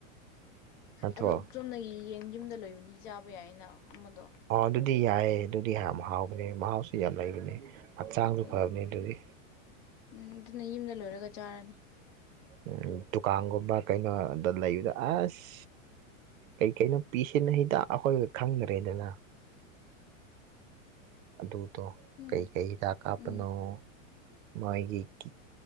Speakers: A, on the right (about 75°); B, on the left (about 40°).
A: ꯅꯠꯇ꯭ꯔꯣ
B: ꯑꯗꯣ ꯆꯨꯝꯅꯒꯤ ꯌꯦꯟ ꯌꯨꯝꯗ ꯂꯣꯏꯕꯅꯤ ꯆꯥꯕ ꯌꯥꯏꯅ ꯑꯃꯥꯗꯣ
A: ꯑꯣ ꯑꯗꯨꯗꯤ ꯌꯥꯏꯑꯦ ꯑꯗꯨꯗꯤ ꯌꯥꯝ ꯍꯥꯎꯕꯅꯦ ꯃꯍꯥꯎꯁꯨ ꯌꯥꯝ ꯂꯩꯕꯅꯦ ꯍꯛꯆꯥꯡꯁꯨ
B: ꯂꯩꯅꯤ
A: ꯐꯕꯅꯦ ꯑꯗꯨꯗꯤ
B: ꯎꯝ ꯗꯨꯅ ꯌꯨꯝꯗ ꯂꯣꯏꯔꯒ ꯆꯥꯔꯅꯤ
A: ꯎꯝ ꯗꯨꯀꯥꯟꯒꯨꯝꯕ ꯀꯩꯅꯣ ꯗ ꯂꯩꯕꯗ ꯑꯁ ꯀꯩ ꯀꯩꯅꯣ ꯄꯤꯁꯤꯟ ꯂꯛꯏꯗ ꯑꯩꯈꯣꯏꯒ ꯈꯪꯗꯔꯦꯗꯅ ꯑꯗꯨꯗꯣ
B: ꯎꯝ
A: ꯀꯩꯀꯩ ꯍꯤꯗꯥꯛ ꯀꯥꯞꯄꯅꯣ
B: ꯎꯝ
A: ꯃꯣꯏꯒꯤ ꯀꯤ